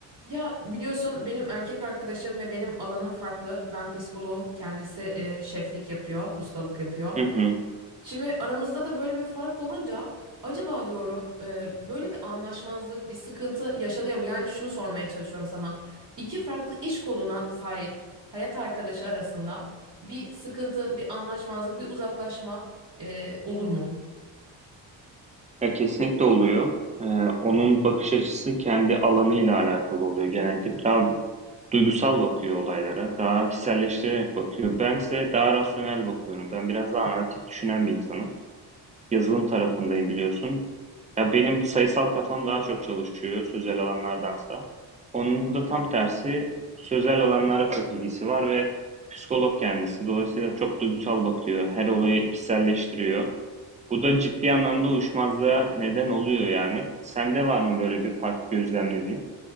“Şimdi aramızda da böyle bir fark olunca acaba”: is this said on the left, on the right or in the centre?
Right